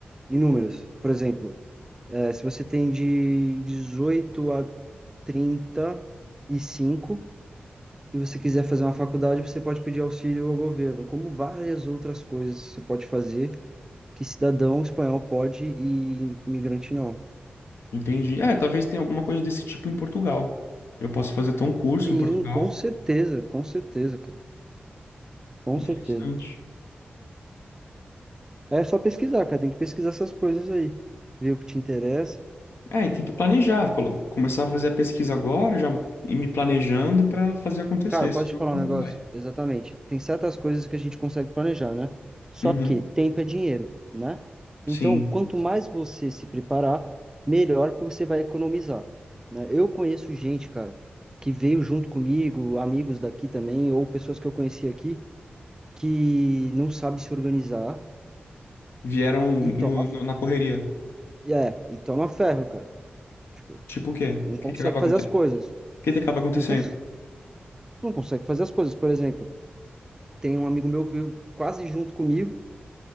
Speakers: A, on the right; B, on the left.
A: inúmeras. Por exemplo, é, se você tem de 18 a trinta e cinco e você quiser fazer uma faculdade, você pode pedir auxílio ao governo, como várias outras coisas você pode fazer que cidadão espanhol pode e imigrante não.
B: entendi. É, talvez tenha alguma coisa desse tipo em Portugal. Eu posso fazer até um curso
A: Sim,
B: em Portugal.
A: com certeza, com certeza, cara. Com
B: Interessante.
A: certeza. É só pesquisar, cara. Tem que pesquisar essas coisas aí. Ver o que te interessa.
B: É, e tem que planejar, colo- começar a fazer a pesquisa agora, já ir me planejando para fazer acontecer.
A: Cara, posso
B: senão
A: te falar
B: nunca
A: um negócio?
B: vai.
A: Exatamente. Tem certas coisas que a gente consegue planejar, né? Só
B: Uhum,
A: que tempo é dinheiro, né? Então,
B: sim.
A: quanto mais você se preparar, melhor, porque você vai economizar, né? Eu conheço gente, cara, que veio junto comigo, amigos daqui também, ou pessoas que eu conheci aqui, que não sabe se organizar
B: Vieram
A: e
B: no-
A: toma,
B: no- na correria.
A: é, e toma ferro, cara. Tipo,
B: Tipo o quê?
A: não
B: O
A: consegue
B: que que acaba
A: fazer
B: acontecendo?
A: as coisas.
B: O que que acaba acontecendo?
A: Não, cons não consegue fazer as coisas. Por exemplo, tem um amigo meu que veio quase junto comigo.